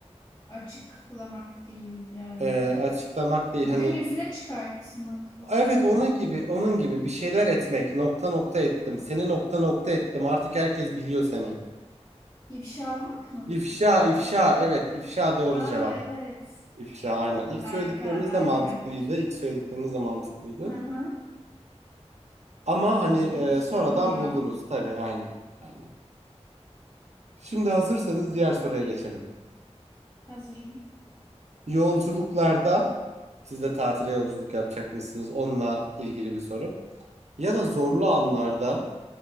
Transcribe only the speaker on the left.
açıklamak değildir herhalde.
Gün
yüzüne çıkartmak olabilir
mi?
İfşalamak mı?
Aa
evet.
Harika
harika.
Hı hı.
İfşa
tabii ya.
Hazırım.